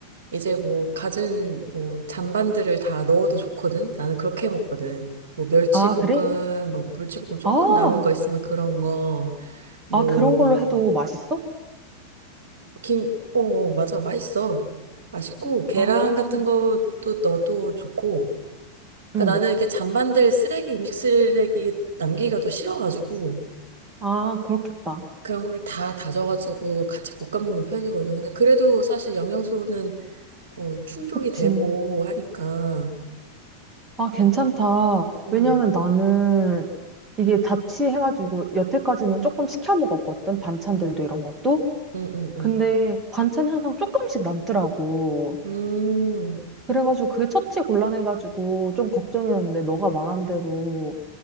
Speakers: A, on the right; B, on the right.
A: 이제 뭐 갖은 뭐 잔반들을 다 넣어도 좋거든. 나는 그렇게 해 먹거든. 뭐 멸치볶음,
B: 아, 그래?
A: 뭐 물치볶음 조금
B: 아,
A: 남은 거 있으면 그런 거, 뭐
B: 아, 그런 걸로 해도 맛있어?
A: 김, 어 어, 맞아 맛있어. 맛있고 계란
B: 아,
A: 같은 것도 넣어도 좋고. 그러니까
B: 응.
A: 나는 이렇게 잔반들 쓰레기 음식 쓰레기 남기기가 또 싫어가지고
B: 아, 그렇겠다.
A: 그런 거를 다 다져가지고 같이 볶아 먹는 편이거든. 근데 그래도 사실 영양소는 어, 충족이
B: 그치.
A: 되고 하니까.
B: 아, 괜찮다.
A: 어, 음.
B: 왜냐면 나는 이게 자취해가지고 여태까지는 조금 시켜 먹었거든. 반찬들도 이런 것도.
A: 응응응.
B: 근데 반찬이 항상 조금씩 남더라고.
A: 음,
B: 그래가지고 그게 처치 곤란해가지고 좀 걱정이었는데 너가 말한 대로